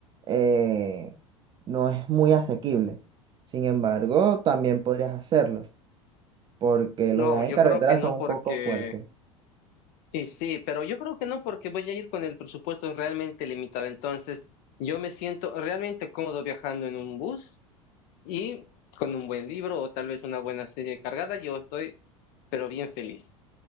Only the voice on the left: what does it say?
No,
yo
creo que no
porque,
Y sí, pero yo creo que no porque voy a ir con el presupuesto realmente limitado. Entonces, yo me siento realmente cómodo viajando en un bus y con un buen libro o tal vez una buena serie cargada. Yo estoy, pero bien feliz.